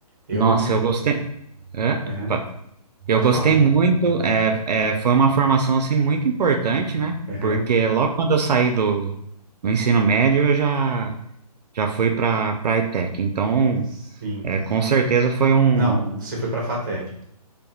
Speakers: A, on the right; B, on the right.
A: Eu.
B: Nossa, eu gostei. É?
A: Aham.
B: Eu
A: Pode
B: gostei
A: falar.
B: muito, é, é, foi uma formação assim muito importante, né?
A: Aham.
B: Porque logo quando eu saí do, do ensino médio, eu já, já fui para para a ETEC. Então,
A: Sim.
B: é, com certeza foi um.
A: Não, você foi para a FATEC.